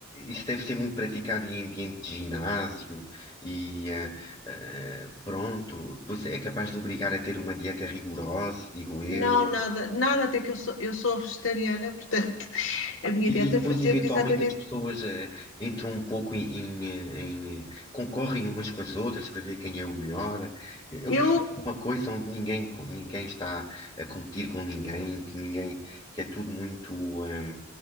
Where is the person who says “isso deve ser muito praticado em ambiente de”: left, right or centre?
Left